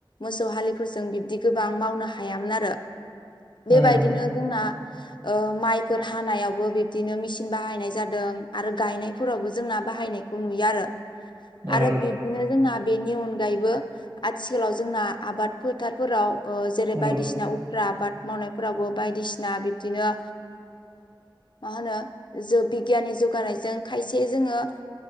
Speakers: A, on the left; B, on the right.
A: मोसौ हलिफोरजों बिब्दि गोबां मावनो हायामोन आरो बेबायदिनो
B: उम
A: जोंना माइफोर हानायावबो बिब्दिनो मेसिन बाहायनाय जादों आरो गायनायफोरावबो जोंना बाहायनाय बेखौ नुयो आरो
B: औ
A: आरो बिब्दिनो जोंना बेनि अनगायैबो आथिखालाव जोंना आबाद फोथारफोराव जेरै
B: औ
A: बायदिसिना उफ्रा आबाद मावनायफोरावबो बायदिसिना बिब्दिनो मा होनो ज बिगियाननि जौगानायजों खायसे जोंङो